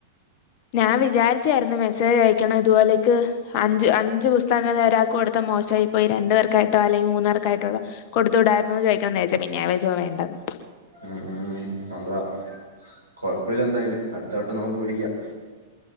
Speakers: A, on the left; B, on the right.
A: ഞാൻ വിചാരിച്ചായിരുന്നു മെസ്സേജ് അയക്കണം ഇതുപോലേക്ക് അഞ്ച് അഞ്ച് പുസ്തകമേ ഒരാൾക്ക് കൊടുത്ത മോശമായി പോയി രണ്ടു പേർക്കായിട്ടോ അല്ലെങ്കിൽ മൂന്നാേർക്കായിട്ടൊള്ള കൊടുത്തു വിടായിരുന്നു എന്ന് ചോദിക്കണം എന്നു വിചാരിച്ചു പിന്നെ ഞാൻ വിചാരിച്ചു വേണ്ടന്ന്
B: മ് മ്ഹ് അതാ കൊഴപ്പില്ല എന്തായാലും അടുത്തവട്ടം നമുക്ക് പിടിക്കാം